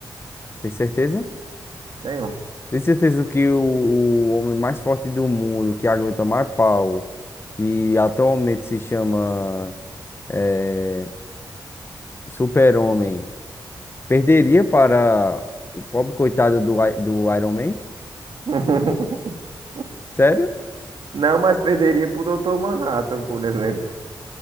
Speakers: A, on the left; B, on the right.
A: Tem certeza?
B: Tem um.
A: Tem certeza que o, o homem mais forte do mundo, que aguenta mais pau, e atualmente se chama eh, Super-Homem, perderia para o pobre coitado do, I- do Iron Man?
B: <laughs>
A: Sério?
B: Não, mas perderia pro Dr. Manhattan, por exemplo.